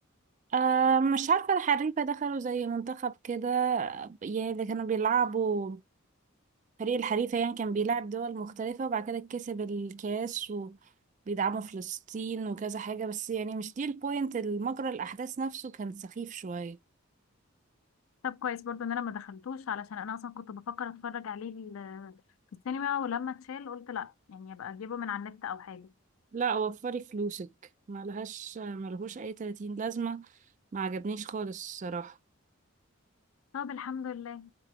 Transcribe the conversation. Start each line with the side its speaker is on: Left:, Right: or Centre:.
Right: أه مش عارفة الحريفة دخلوا زي منتخب كده يعني اللي كانوا بيلعبوا فريق الحريفة يعني كان بيلعب دول مختلفة وبعد كده كسب الكاس وبيدعموا فلسطين وكذا حاجة بس يعني مش دي البوينت المجرى الأحداث نفسه كان سخيف شوية
Left: طب كويس برضو ان انا ما دخلتوش علشان انا اصلا كنت بفكر اتفرج عليه ال- في السينما ولما اتشال قلت لا يعني ابقى اجيبه من على النت او حاجة
Right: لا وفري فلوسك ملهاش ملهوش أي 30 لازمة ما عجبنيش خالص الصراحة
Left: طب الحمد لله